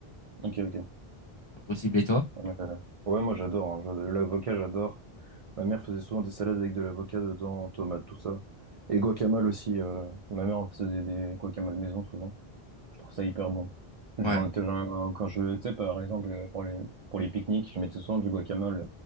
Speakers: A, on the right (about 55°); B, on the left (about 40°).
A: Ok, ok.
B: Impossible. Et toi?
A: Euh, Ouais, moi j'adore, hein. J'adore- L'avocat, j'adore. Ma mère faisait souvent des salades avec de l'avocat dedans, tomates, tout ça. Et guacamole aussi. euh, ma mère en faisait des guacamole maison souvent. Je trouve ça hyper bon. Je
B: Ouais.
A: m'en étais- j'en- quand je, tu sais, par exemple, euh, pour les, pour les pique-niques, je mettais souvent du guacamole.